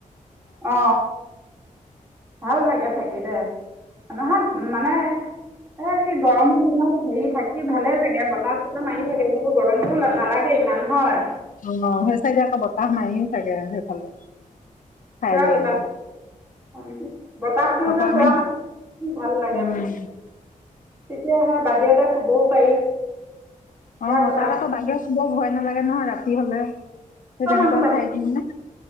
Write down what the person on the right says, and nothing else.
অ ভাল লাগে থাকি দে নহাত মানে এই কি গৰমসমুহ <inaudible> দেখি ভালে লাগে বতাহ। বতাহ মাৰি থাকে সেইটো গৰমটো নালাগে ইমান হয়।
পুৰা
বতাহ,
বতাহটো
যে
পুৰা মাৰ ভাল লাগে
মো তেতিয়া হে বাহিৰতে শুবওঁ পাৰি। সেয়া
বতাহ
চব
মানুহ বাহিৰ